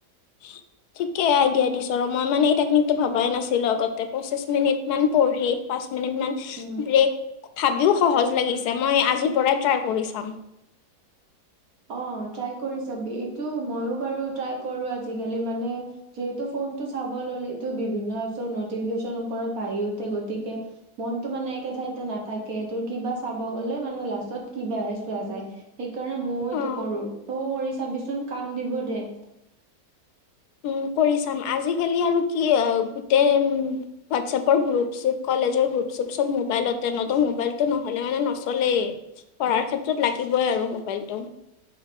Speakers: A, on the left (about 75°); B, on the right (about 60°).
A: <inaudible> ঠিকেই আইডিয়া দিছো আৰু মই মানে এই টেকনিকটো ভবাই নাছিলো আগতে পঁচিছ মিনিট মান পঢ়ি- পাঁচ মিনিট মান-
B: উম'
A: ব্ৰেক ভাবিও সহজ লাগিছে, মই আজিৰ পৰাই ট্ৰাই কৰি চাম।
B: অঁ' ট্ৰাই কৰি চাবি, এইটো মইও বাৰু ট্ৰাই কৰো আজিকালি মানে- যিহেতু ফোনটো চাব ললেটো বিভিন্ন এপচৰ নটিফিকেশচনৰ ওপৰত বাঢ়ি উঠে, গতিকে- মনটো মানে একে ঠাইতে নাথাকে, তোৰ কিবা চাব গ'লে মানে লাষ্টত কিবাহে চোৱা যায়। সেইকাৰণে ময়ো এইটো
A: অ',
B: কৰো, তইও কৰি চাবিচোন কাম দিব দে।
A: উম' কৰি চাম, আজিকালি আৰু কি আৰু গোটেই- হোৱাটছএপৰ গ্ৰুপ চুপ কলেজৰ গ্ৰুপ চুপ চব মোবাইলটে ন তো মোবাইল- টো নহ'লে মানে নচলেই, পঢ়াৰ ক্ষেত্ৰত লাগিবই আৰু মোবাইলটো।